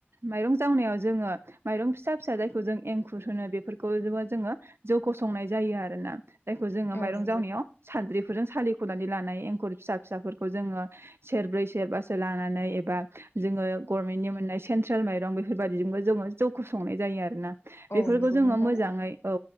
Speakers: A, on the right; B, on the left.
A: माइरं जावनायाव जोङो माइरं फिसा फिसा जायखौ जों एंखुर होनो बेफोरखौ जोङो जौ गसंनाय जायो आरोना जायखौ जोङो
B: औ
A: माइरं
B: नंगौ
A: जावनायाव सानद्रि बेफोरजों सालिख'नानै लानाय एंखुर फिसा फिसाफोरखौ जोङो सेरब्रै सेरबासो लानानै एबा जोङो गभर्नमेन्टनि मोननाय सेन्ट्रेल माइरं बेफोरबायदिजोंबो जोङो जौ खौ संनाय जायो आरोोना
B: औ
A: बेफोरखौ
B: नंगौ
A: जोङो
B: नोंथां
A: मोजाङै औ